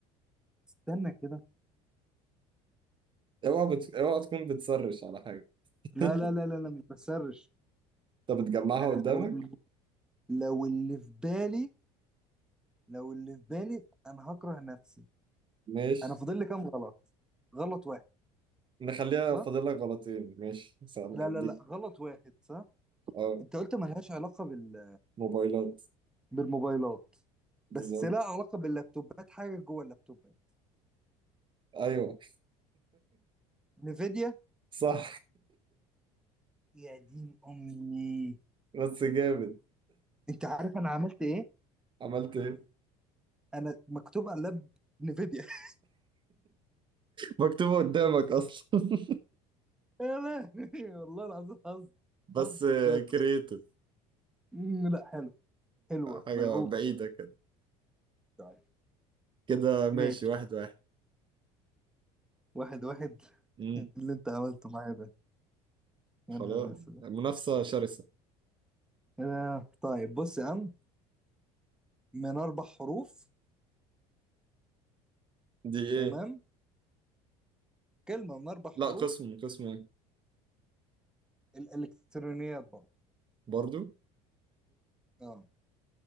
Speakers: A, in the centre; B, on the right (about 35°).
A: استنى كده
B: اوعى بت... اوعى تكون بتسرش على حاجه
A: لا
B: <laughs>
A: لا لا لا لا مش بسرش
B: انت بتجمعها
A: انا
B: قدامك
A: لو لو اللي في بالي لو اللي في بالي انا هكره نفسي
B: ماشي
A: انا فاضل لي كام غلط غلط واحد
B: نخليها
A: صح
B: فاضل لك غلطين ماشي سلام
A: لا
B: اديك
A: لا لا غلط واحد صح
B: اه
A: انت قلت ملهاش علاقه بال...
B: موبايلات
A: بالموبايلات
B: بالظبط
A: بس لها علاقه باللابتوبات حاجه جوه اللابتوبات
B: ايوه
A: نيفيديا
B: صح
A: يا دين امي
B: <laughs> بس جامد
A: انت عارف انا عملت ايه
B: عملت ايه
A: انا مكتوب على اللاب نيفيديا <laughs>
B: مكتوبة قدامك أصلا
A: يا لهوي والله العظيم حظ
B: <laughs> بس
A: حظ بجد
B: كرييتيف
A: مم، لا حلو حلوه
B: حاجة
A: ملعوبه
B: بعيدة كده
A: طيب
B: كده ماشي
A: ماشي
B: واحد واحد
A: واحد واحد <laughs>
B: مم.
A: اللي انت عملته معايا ده
B: خلاص
A: يا نهار اسود
B: منافسة شرسة
A: آه، طيب بص يا عم من اربع حروف
B: دي إيه؟
A: تمام كلمه من اربع حروف
B: لا قسم قسم إيه؟
A: الالكترونيات برضه
B: برضو
A: اه